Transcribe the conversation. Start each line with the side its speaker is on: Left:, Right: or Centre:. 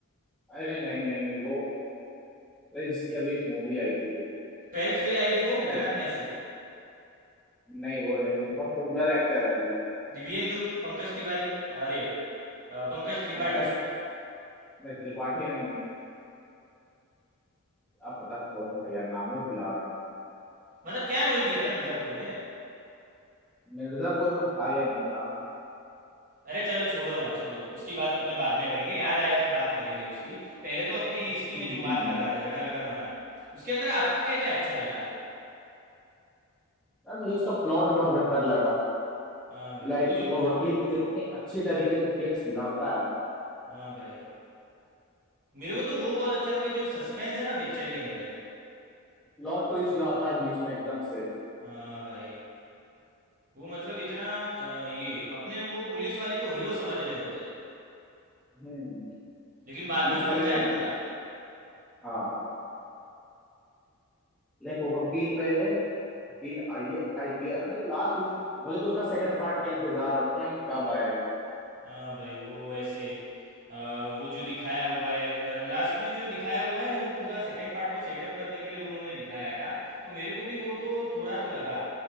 Centre: अरे नहीं नहीं वो अरे इसकी अभी एक मूवी आई थी
Right: ट्वेल्थ फेल आई थी वो विक्रांत
Centre: अरे
Right: मैसी
Centre: नहीं वो नहीं वो बहुत पॉपुलर एक्टर है अभी
Right: दिव्येंदु पंकज तिवारी अरे अ, पंकज त्रिपाठी
Centre: पंकज नहीं, त्रिपाठी नहीं अब पता कौन था यार नाम में भुला गए
Right: मतलब क्या रोल किया था मिर्ज़ापुर में
Centre: मिर्जापुर में था या नहीं था
Right: अरे चलो छोड़ो ना छोड़ो उसकी बात अपने बाद में करेंगे याद आए तब बात करेंगे उसकी पहले तो अपने इसकी
Centre: हम्म
Right: में जो बात
Centre: हम्म।
Right: कर रहा था जना गना मना उसके अंदर आपको क्या क्या अच्छा लगा
Centre: यार मुझे उसका प्लॉट बहुत बेहतर लगा
Right: हाँ भाई
Centre: लाइक
Right: वो जो
Centre: वो वकील कितनी अच्छी तरीके से केस लड़ता है
Right: हाँ भाई मेरे को तो वो बहुत अच्छा लगा जो सस्पेंस है ना पिक्चर के अंदर
Centre: प्लॉट ट्विस्ट जो आता है बीच में एकदम से
Right: हाँ भाई वो मतलब इतना अ, ये अपने वो पुलिस वाले को हीरो समझ रहे होते हैं
Centre: हम्म
Right: लेकिन बाद
Centre: पुलिस
Right: में खुलता
Centre: वाले
Right: है
Centre: ने
Right: ना पूरा
Centre: हाँ लाइक वो वकील पे वकील आई आईपीएस मुझे लास्ट मुझे तो उसका सेकंड पार्ट का इंतजार है बताएं कब आएगा
Right: हाँ भाई वो ऐसे अ, वो जो दिखाया हुआ है लास्ट में जो दिखाया हुआ है ना वो पूरा सेकंड पार्ट को सेटअप करने के लिए उन्होंने दिखाया था तो मेरे को भी वो तो थोड़ा तो लगा